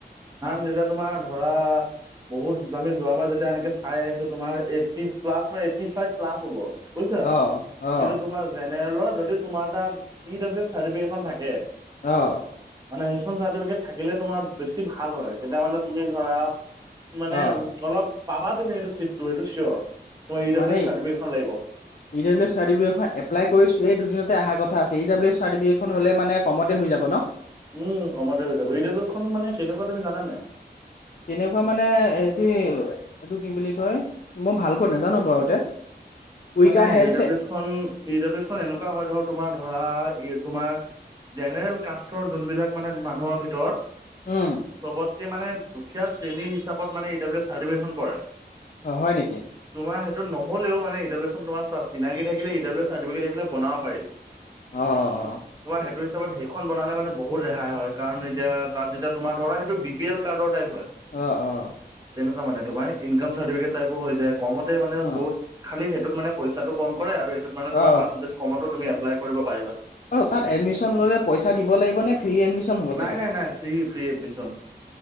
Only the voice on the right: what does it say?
আন যেতিয়া তোমাৰ ধৰা বহুত আমি যোৱাবাৰ যেতিয়া এনেকে চাই আহিছো। তোমাৰ eighty plus eighty five plus হ'ব। বুজিছা।
কিন্তু তোমাৰ জেনেৰেলৰ যদি, তোমাৰ তাত ই ডাব্লিউ চাৰ্টিফিকেটখন থাকে।
মানে ৰেচন চাৰ্টিফিকেট থাকিলে, তোমাৰ বেছি ভাল হয় তেতিয়া মানে তুমি ধৰা। মানে
অলপ পাবা তুমি সেইটো চিটটো এইটো চিয়'ৰ তোমাৰ ডাব্লিউ
এছ
চাৰ্টিফিকেটখন লাগিব
উম কমাতে হৈ যাব। ই ডব্লিউৰ খনত মানে কেনেকুৱা তুমি জানে নে।
মানে
ই ডাব্লিউচ খন ই ডাব্লিউচ খন এনেকুৱা হয়, ধৰ তোমাৰ ধৰা ই তোমাৰ জেনেৰেল কাষ্টৰ যোনবিলাক মানে মানুহৰ ভিতৰত
চবত মানে দুখীয়া শ্ৰেণী হিচাপত মানে ই ডব্লউ চাৰ্টিফিকেটখন পৰে
তোমাৰ সেইটো নহ'লেও মানে ৰিলেচন চিনাকি থাকিলে। ইডব্লউ চাৰ্টিফিকেট এইবিলাক বনাব পাৰি।
তোমাৰ সেইটো সেইখন বনালে মানে বহুত ৰেহাই হয়। কাৰণ এতিয়া তাত যেতিয়া তোমাৰ ধৰা সেইটো বি পি এল কাৰ্ডৰ টাইপ। হয়।
তেনেকুৱা মানে তোমাৰ ইনকাম চাৰ্টিফিকেটটাইপো হৈ যায়। কমতে মানে
বহুত খালি সেইটোত মানে পইচাটো কম কৰে আৰু মানে
তুাৰ্চেটেজ কমত তুমি এপ্লাই কৰিব পাৰা <unintelligible>
নাই
নাই নাই free free admission.